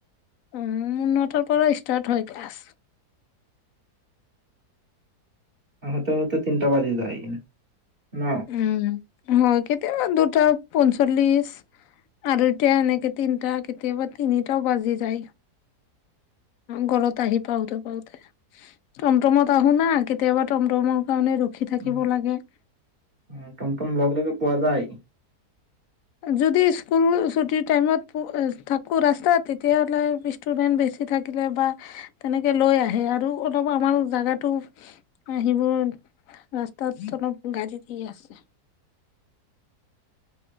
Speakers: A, on the left; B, on the right.
A: উম নটাৰ পৰা ষ্টাৰ্ট হয় ক্লাছ
B: আহোঁতে আহোঁতে তিনটা বাজি যায় ন
A: উম হয় কেতিয়াবা দুটা পঞ্চল্লিশ আঢ়ৈটা এনেকে তিনটা কেতিয়াবা তিনটাও বাজি যায় ঘৰত আহি পাওতে পাওতে টমটমত আহো না কেতিয়াবা টমটমৰ কাৰণে ৰ ৰখি
B: অ',
A: থাকিব লাগে
B: অ টমটম লগ লগে পোৱা যায় <inaudible>
A: যদি স্কুল চুটি টাইমত পো থাকোঁ ৰাস্তাত তেতিয়াহলে পিছ ষ্টুডেন্ট বেছি থাকিলে বা তেনেকে লৈ আহে আৰু অলপ আমাৰ জাগা টো আহিবৈ ৰাস্তাত অলপ গাড়ী দি আছে